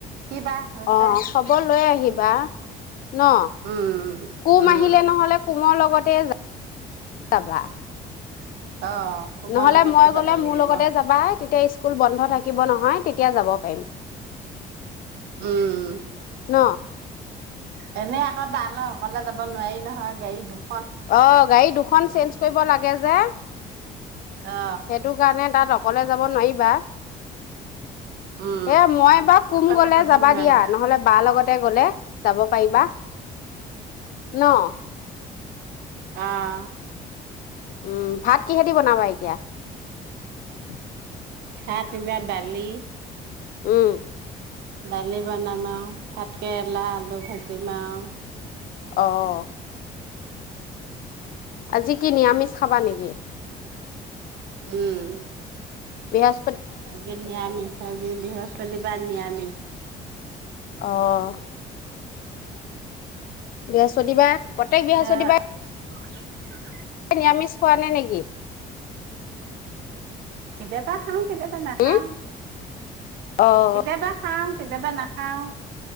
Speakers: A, on the right; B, on the left.
A: কিবা হৈছে
B: অ, খবৰ লৈ আহিবা ন,
A: উম
B: কোম
A: উম
B: আহিলে নহ'লে কোমৰ লগত তে, যা, যাবা।
A: <inaudible> তোমাৰ
B: নহ'লে
A: লগতে
B: মই
A: যাব
B: গ'লে মোৰ
A: লাগিব
B: লগতে যাবা, তেতিয়া স্কুল বন্ধ থাকিব নহয়, তেতিয়া যাব পাৰিম।
A: উম, উম।
B: ন
A: এনে আকৌ তালৈ অকলে যাব নোৱাৰি নহয়, গাড়ী দুখ
B: অ', গাড়ী দুখন চেঞ্জ কৰিব লাগে যে,
A: অ
B: সেইটো কাৰণে তাত অ অকলে যাব নোৱাৰিবা। এ,
A: উম
B: মই এইবাৰ কোম
A: অকলে
B: গ'লে
A: যাব
B: যাবা
A: নোৱাৰি
B: দিয়া, নহ'লে বাৰ লগত তে গ'লে যাব পাৰিবা, ন'?
A: আহ।
B: উম, ভাত কিহেদি বনাবা এতিয়া? <inaudible>
A: ভাত কিবা দালি
B: উম।
A: দালি বনাম আও ভাতকেৰেলা, আলু ভাজি ইম আও।
B: অঁ আজি কি নিৰামিষ খাবা নেকি?
A: উম।
B: বিয়াজ
A: আজি নিৰামিষ, আজি বৃহস্পতিবাৰ নিৰামিষ <inaudible>
B: অ'। বৃহস্পতিবাৰে প্ৰত্যেক বৃহস্পতিবাৰে
A: ত <inaudible>
B: নিৰামিষ খোৱা নাই নেকি!
A: কেতিয়াবা খাওঁ। কেতিয়াবা নাখাওঁ,
B: উম অঁ
A: কেতিয়াবা খাম। কেতিয়াবা নাখাওঁ।